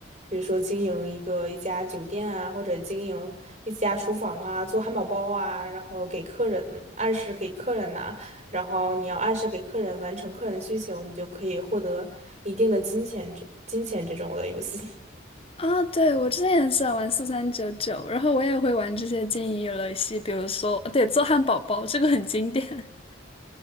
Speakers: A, on the right; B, on the left.
A: 比如说经营一个一家酒店啊，或者经营一家厨房啊，做汉堡包啊，然后给客人按时给客人拿，然后你要按时给客人完成客人的需求，你就可以获得一定的金钱这金钱这种的游戏。<laughs>
B: 啊，对，我之前也喜欢玩四三九九，然后我也会玩这些经营游戏，比如说，对，做汉堡包，这个很经典。